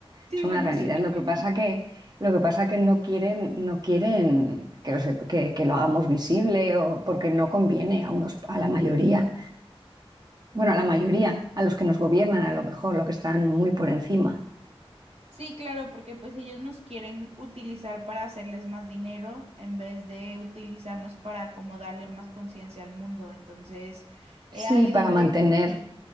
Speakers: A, on the right; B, on the right.
A: Sí,
B: es una
A: bueno,
B: realidad.
A: sí.
B: Lo que pasa que,
A: <laughs>
B: lo que pasa que no quieren, no quieren que lo, sep- que, que lo hagamos visible o porque no conviene a unos, a la mayoría. Bueno, a la mayoría, a los que nos gobiernan a lo mejor, los que están muy por encima.
A: Sí, claro, porque pues ellos nos quieren utilizar para hacerles más dinero en vez de utilizarnos para como darle más conciencia al mundo. Entonces,
B: Sí,
A: es ahí
B: para
A: donde
B: mantener.